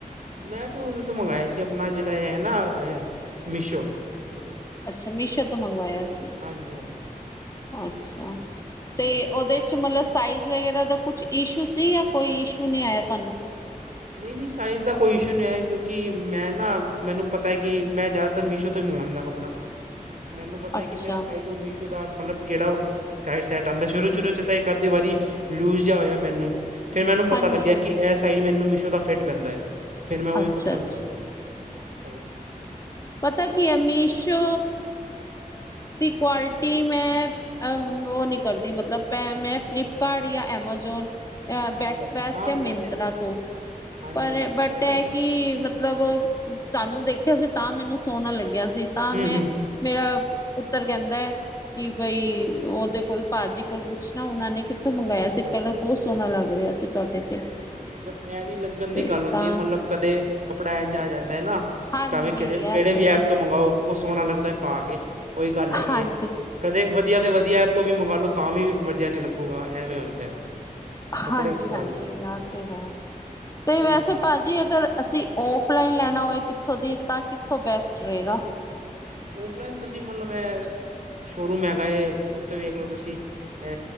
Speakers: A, on the right (about 60°); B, on the left (about 25°).
A: ਮੈਂ ਤੋਂ ਉਦੇ ਤੋਂ ਮੰਗਾਇਆ ਸੀ ਆਪਣਾ ਜੇੜਾ ਐ ਨਾ ਮੀਸ਼ੋ ਏਦੇ ਤੇ।
B: ਅੱਛਾ ਮੀਸ਼ੋ ਤੋਂ ਮੰਗਵਾਇਆ ਸੀ,
A: ਹਾਂਜੀ ਹਾਂਜੀ ਹਾਂਜੀ
B: ਅੱਛਾ
A: ਹੂੰ
B: 'ਤੇ ਉਦੇ 'ਚ ਮਲਬ ਸਾਈਜ਼ ਵਗੈਰਾ ਦਾ ਕੁਛ ਈਸ਼ੂ ਸੀ ਜਾਂ ਕੋਈ ਈਸ਼ੂ ਨੀ ਆਇਆ ਤੁਹਾਨੂੰ।
A: ਨਈ-ਨਈ ਸਾਈਜ਼ ਦਾ ਕੋਈ ਈਸ਼ੂ ਨੀ ਆਇਆ ਕਿਉਂਕਿ ਮੈਂ ਨਾ ਮੈਨੂੰ ਪਤਾ ਐ ਕਿ ਮੈਂ ਜ਼ਿਆਦਾਤਰ ਮੀਸ਼ੋ ਤੋਂ ਈ ਮੰਗਾਣਾ ਕੱਪੜਾ।
B: <inaudible>
A: ਮੈਨੂੰ ਪਤਾ ਐ
B: ਅੱਛਾ,
A: ਕਿ ਮੇਰਾ ਸਾਈਜ਼ ਓ ਮੀਸ਼ੋ ਦਾ ਮਤਲਬ ਕੇੜਾ ਸਾਈਡ ਸਾਈਟ ਆਂਦਾ ਸ਼ੁਰੂ-ਸ਼ੁਰੂ 'ਚ ਤਾਂ ਇੱਕ ਅੱਧੀ ਵਾਰੀ ਲੂਜ ਜਾਂ ਹੋਇਆ ਮੈਨੂੰ। ਫਿਰ ਮੈਨੂੰ ਪਤਾ
B: ਹਾਂਜੀ,
A: ਲੱਗਿਆ
B: ਹਾਂਜੀ,
A: ਕਿ ਐ ਸਾਈਜ਼ ਮੈਨੂੰ ਮੀਸ਼ੋ ਦਾ ਫਿੱਟ ਬੈਦਾ ਏ। ਫਿਰ ਮੈਂ ਉਈ
B: ਅੱਛਾ,
A: ਕੱਪੜਾ
B: ਅੱਛਾ,
A: ਮੰਗਾਦਾ ਉਦੇ ਤੇ ਹਾਂਜੀ ਸਾਈਜ਼ ਉਸ ਹਿਸਾਬ ਨਾਲ।
B: ਪਤਾ ਕੀ ਐ ਮੀਸ਼ੋ ਦੀ ਕੁਆਲਿਟੀ ਮੈਂ ਅ ਓ ਨੀ ਕਰਦੀ ਮਤਲਬ ਪੈ ਮੈਂ ਫਲਿਪਕਾਰਟ
A: ਅੱਛਾ ਅੱਛਾ ਅੱਛਾ
B: ਜਾਂ ਐਮਾਜ਼ੋਨ ਅ
A: ਹਾਂਜੀ
B: ਬੈ
A: ਹਾਂਜੀ
B: ਬੈਸਟ
A: ਹਾਂ
B: ਐ
A: ਵੈਸੇ
B: ਮਿੰਤਰਾ ਤੋਂ।
A: ਹਾਂਜੀ
B: ਪਰ
A: ਹਾਂਜੀ
B: ਏ ਬਟ
A: ਵੈਸੇ
B: ਐ ਕਿ ਕੀ ਮਤਲਬ ਤੁਹਾਨੂੰ ਦੇਖਿਆ ਸੀ ਤਾਂ ਮੈਨੂੰ ਸੋਹਣਾ ਲੱਗਿਆ ਸੀ
A: ਹੂੰ
B: ਤਾਂ ਮੈਂ
A: ਹੂੰ ਹੂੰ
B: ਮੇਰਾ ਪੁੱਤਰ ਕੈਂਦਾ ਐ ਕਿ ਬਾਈ ਉਦੇ ਕੋਲ ਭਾਅਜੀ ਕੋਲ ਪੁੱਛਣਾ ਉਨਾਂ ਨੇ ਕਿ ਥੋਂ ਮੰਗਾਇਆ
A: ਅੱਛਾ
B: ਸੀ ਕਲਰ
A: ਅੱਛਾ ਅੱਛਾ
B: ਬੋ
A: ਅੱਛਾ
B: ਸੋਹਣਾ
A: ਹਾਂਜੀ
B: ਲੱਗ ਰੇਆ
A: ਹਾਂਜੀ
B: ਸੀ ਤੁਹਾਡੇ ਤੇ।
A: ਹਾਂਜੀ ਬਸ ਐ ਵੀ ਲੱਗਣ
B: ਤੇ
A: ਦੀ ਗੱਲ ਹੁੰਦੀ
B: ਤਾਂ
A: ਏ ਮਤਲਬ ਕਦੇ ਕੱਪੜਾ ਇਝ ਆ ਜਾਂਦਾ ਏ ਨਾ
B: ਹਾਂਜੀ
A: ਭਾਵੇਂ ਕਿਸੇ
B: ਇਹ
A: ਕੈੜੇ
B: ਤੇ
A: ਵੀ
B: ਆ
A: ਐਪ ਤੋਂ ਮੰਗਾਓ ਓ ਸੋਹਣਾ ਲੱਗਦਾ ਐ ਪਾ ਕੇ ਉਈ ਗੱਲ ਹੈਗੀ
B: ਹਾਂਜੀ
A: ਏ। ਕਦੇ ਵਧੀਆ ਤੇ ਵਧੀਆ ਐਪ ਤੋਂ ਵੀ ਮੰਗਾਲੋ ਤਾਂ ਵੀ ਵਧੀਆ ਨੀ ਲੱਗੁਗਾ ਐਵੇਂ ਹੁੰਦੈ ਬਸ। ਕੱਪੜੇ
B: ਹਾਂਜੀ-ਹਾਂਜੀ
A: ਗੱਲ ਹੁੰਦੀ ਹੈ
B: ਆ
A: ਹਾਂਜੀ
B: ਤੇ ਹੈ 'ਤੇ ਵੈਸੇ
A: ਹੂੰ ਹੂੰ
B: ਭਾਅਜੀ ਤੇ ਅਗਰ ਅਸੀਂ ਔਫ ਲਾਈਨ ਲੈਣਾ ਹੋਵੇ ਕਿੱਥੋਂ ਦੀ ਤਾਂ ਕਿੱਥੋਂ ਬੈਸਟ ਰਹੇਗਾ।
A: ਔਫਲਾਈਨ ਤੁਸੀਂ ਮਤਲਬ ਸ਼ੋਅਰੂਮ ਹੈਗਾ ਹੈ ਉੱਥੇ ਵੇਖ ਲਓ ਤੁਸੀਂ ਐ।